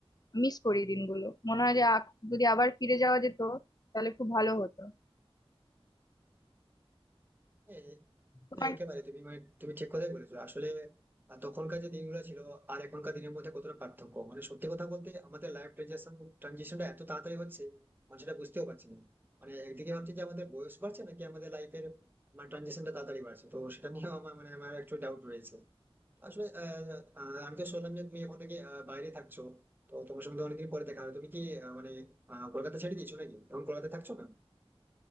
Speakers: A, on the left; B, on the right.
A: মিস করি দিনগুলো মনে হয় যে আ- যদি আবার ফিরে যাওয়া যেত তাহলে খুব ভালো হতো
B: হ্যাঁ
A: তোমার
B: হ্যাঁ একেবারে তুমি মানে- তুমি ঠিক কথাই বলেছো আসলে আহ, তখনকার যে দিনগুলো ছিল আর এখনকার দিনের মধ্যে কতটা পার্থক্য মানে সত্যি কথা বলতে আমাদের লাইফ ট্রানজিশন ট্রানজিশনটা এত তাড়াতাড়ি হচ্ছে মানে সেটা বুঝতেও পারছি না মানে একদিকে ভাবছি যে আমাদের বয়স বাড়ছে নাকি আমাদের লাইফের মানে ট্রানজিশনটা তাড়াতাড়ি বাড়ছে তো সেটা নিয়েও আমার মানে আমার একটু ডাউট রয়েছে আসলে আহ, আহ, আমি তো শুনলাম যে তুমি এখন থেকে আহ, বাইরে থাকছো তো তোমার সঙ্গে তো অনেকদিন পরে দেখা হলো তুমি কি আহ, মানে আহ, কলকাতা ছেড়ে দিয়েছো নাকি এখন কলকাতায় থাকছো না